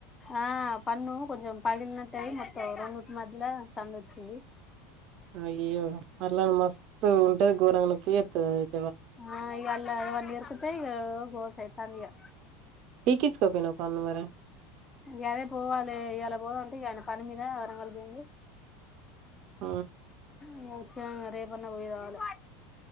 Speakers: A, on the left (about 20°); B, on the right (about 45°).
A: ఆ పన్ను కొంచెం పగిలినట్టయి మొత్తం రెండుటి మధ్యల సందోచ్చింది
B: అయ్యో అల్లా మస్తు ఉంటది గోరంగ నొప్పి చెత్తది అది
A: ఆ ఇగ అల్లా ఏమన్నా ఇర్కతే ఇగ గోసాయితంది ఇగ
B: పీకిచ్చుకోపోయినవ పన్ను మరి
A: గదే పోవాలే ఇయాల పోదామంటే ఇగ అయిన పని మీద వరంగల్ పోయింది
B: హ్
A: ఇగ ఒచ్చినంక రేపు అన్న పోయిరావాలే